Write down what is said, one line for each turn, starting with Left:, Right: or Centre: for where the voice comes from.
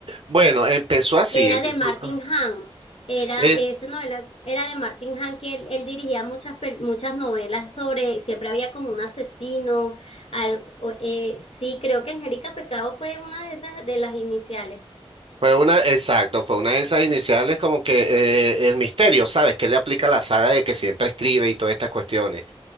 Right: bueno, empezó así,
Left: que era
Right: empezó-
Left: de Martin Hahn. Era,
Right: es-
Left: esa novela era de Martin Hahn, que él, él dirigía muchas, pel- muchas novelas sobre, siempre había como un asesino. al- o- eh, sí, creo que Angélica Pecado fue una de esas, de las iniciales.
Right: fue una, exacto, fue una de esas iniciales como que eh, el misterio, ¿sabes? Que le aplica la saga de que siempre escribe y todas estas cuestiones.